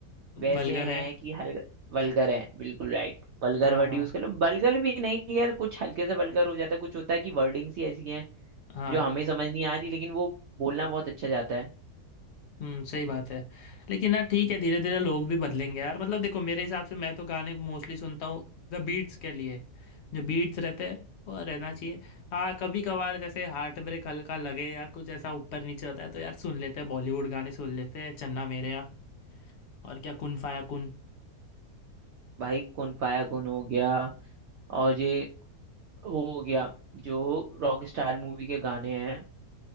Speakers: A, on the right; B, on the left.
A: वैसे
B: वल्गर
A: हैं
B: है
A: कि हल वल्गर हैं बिल्कुल राइट वल्गर
B: हाँ
A: वर्ड
B: हाँ
A: यूज कर लो वल्गर भी नहीं यार कुछ हल्के से वल्गर हो जाता है कुछ होता है कि वर्डिंग्स ही ऐसी हैं
B: हाँ
A: जो हमें समझ नहीं आ रही लेकिन वो बोलना बहुत अच्छा जाता है
B: हम्म सही बात है लेकिन यार ठीक है धीरे धीरे लोग भी बदलेंगे यार मतलब देखो मेरे हिसाब से मैं तो गाने मोस्टली सुनता हूँ द बीट्स के लिए जो बीट्स रहते हैं वो रहना चाहिए हाँ कभी कभार जैसे हार्ट ब्रेक हल्का लगे या कुछ ऐसा ऊपर नीचे होता है तो यार सुन लेते हैं बॉलीवुड गाने सुन लेते हैं चन्ना मेरेया और क्या कुन फाया कुन
A: भाई कौन पाया कौन हो गया और ये वो हो गया जो रॉक स्टार मूवी के गाने हैं